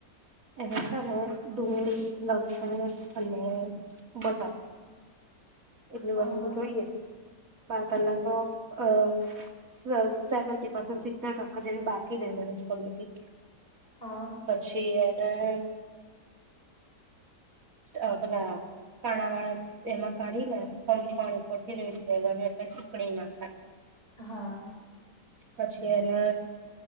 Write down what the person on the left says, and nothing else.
અહ
હા
હા